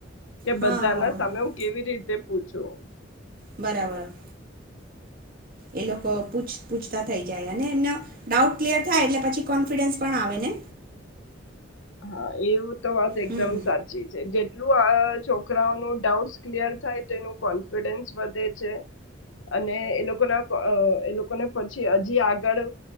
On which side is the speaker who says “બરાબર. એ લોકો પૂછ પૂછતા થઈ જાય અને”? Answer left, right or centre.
Right